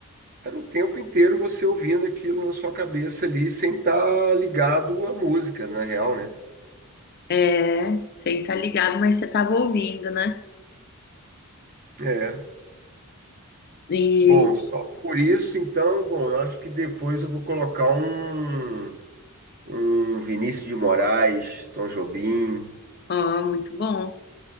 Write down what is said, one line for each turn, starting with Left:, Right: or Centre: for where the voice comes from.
Right: era o tempo inteiro você ouvindo aquilo na sua cabeça ali, sem estar ligado à música, na real, né?
Left: É, você tá ligado, mas você tava ouvindo, né?
Right: É.
Left: E,
Right: Bom, só por isso, então, bom, eu acho que depois eu vou colocar um, um Vinícius de Moraes, Tom Jobim.
Left: ó, muito bom.